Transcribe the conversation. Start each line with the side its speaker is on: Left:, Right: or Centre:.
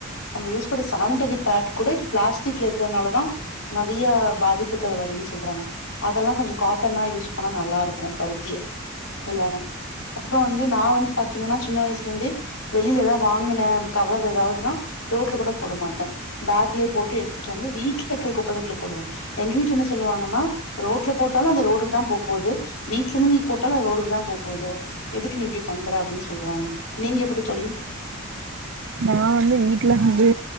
Left: நம்ம யூஸ் பண்ற சானிட்டரி பேக் கூட இ பிளாஸ்டிக்ல இருக்கிறதுனாலதான் நெறையா பாதிப்புகள் வருதுன்னு சொல்றாங்க அதெல்லாம் கொஞ்சம் காட்டனா யூஸ் பண்ணா நல்லா இருக்கும் இருக்கும் பருத்திய எல்லாரும் அப்புறம் வந்து நான் வந்து பாதீங்கன்னா சின்ன வயசுல இருந்தே வெளியில ஏதாவது வாங்கின கவர் ஏதாவதுன்னா ரோட்ல கூட போட மாட்டேன் பேக்லயே போட்டு எடுத்துட்டு வந்து வீட்டுல இருக்கிற குப்பதொட்டில போடுவேன் எங்க வீட்ல என்ன சொல்லுவாங்கன்னா ரோட்ல போட்டாலும் அந்த ரோடுக்கு தான் போ போது வீட்டு்ல இருந்து நீ போட்டாலும் அது ரோடுக்கு தான் போது எதுக்கு நீ இப்டி பண்ற அப்படின்னு சொல்லுவாங்க நீங்க எப்படி சொல்லி
Right: நான் வந்து வீட்டுல வந்து